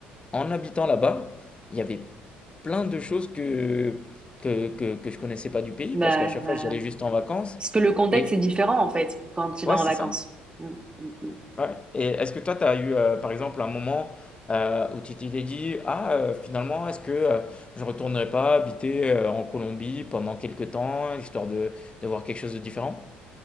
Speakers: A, on the left; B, on the right.
A: en habitant là-bas, il y avait plein de choses que, que, que, que je connaissais pas du pays
B: Bah,
A: parce qu'à chaque
B: euh,
A: fois, j'y allais juste en vacances.
B: parce que le contexte
A: Et
B: est différent en fait quand tu vas
A: ouais,
B: en
A: c'est
B: vacances.
A: ça.
B: Mm, mm.
A: Ouais. Et est-ce que toi, tu as eu, euh, par exemple, un moment euh, où tu t'es dit, ah, euh, finalement, est-ce que euh, je ne retournerai pas habiter euh, en Colombie pendant quelques temps, histoire de, de voir quelque chose de différent?